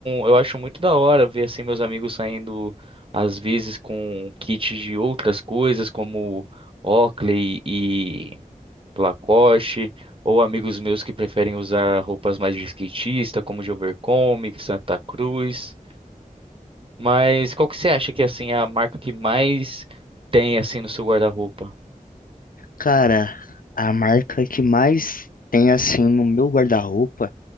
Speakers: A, on the right; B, on the left.
A: eu acho muito da hora ver assim meus amigos saindo às vezes com kits de outras coisas, como Oakley e Lacoste, ou amigos meus que preferem usar roupas mais de skatista, como de Overcomic, Santa Cruz. Mas qual que você acha que assim é a marca que mais tem assim no seu guarda-roupa?
B: Cara, a marca que mais tem, assim, no meu guarda-roupa.